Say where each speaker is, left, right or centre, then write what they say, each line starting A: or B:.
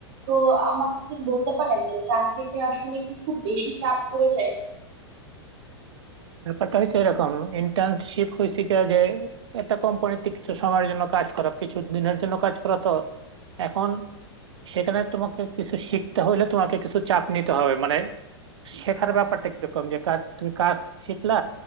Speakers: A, on the right; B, on the right.
A: তো আমাকে কি বলতে পারেন যে চাকরিতে আসলে কি খুব বেশি চাপ পড়ে যায়
B: ব্যাপারটা হয়েছে এরকম ইন্টার্নশিপ হয়েছে কি যে একটা কোম্পানিতে কিছু সময়ের জন্য কাজ করা কিছু দিনের জন্য কাজ করা তো এখন সেখানে তোমাকে কিছু শিখতে হলে তোমাকে কিছু চাপ নিতে হবে মানে শেখার ব্যাপারটা কিরকম যে কাজ তুমি কাজ শিখলা